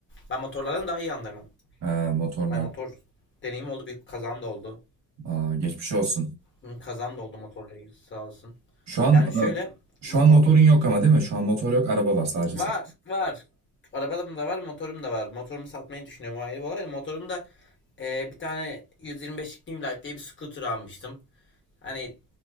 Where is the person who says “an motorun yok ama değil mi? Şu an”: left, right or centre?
Right